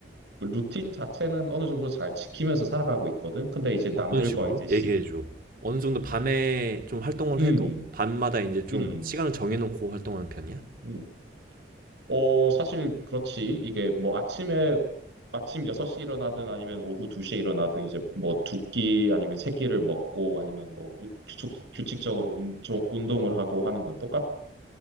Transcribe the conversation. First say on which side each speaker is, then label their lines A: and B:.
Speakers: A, on the right (about 75°); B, on the right (about 50°).
A: 루틴 자체는 어느 정도 잘 지키면서 살아가고 있거든. 근데 이제
B: 어떤
A: 남들과
B: 식으로?
A: 이제 씩,
B: 얘기해줘. 어느 정도 밤에 좀 활동을
A: 음,
B: 해도 밤마다 이제 좀
A: 음,
B: 시간을 정해놓고 활동하는 편이야?
A: 음. 어, 사실 그렇지. 이게 뭐 아침에 아침 6시 일어나든 아니면 오후 2시에 일어나든 이제 뭐 두끼 아니면 세 끼를 먹고 아니면 뭐 우- 규칙, 규칙적으로 운, 종- 운동을 하고 하는 건 똑같,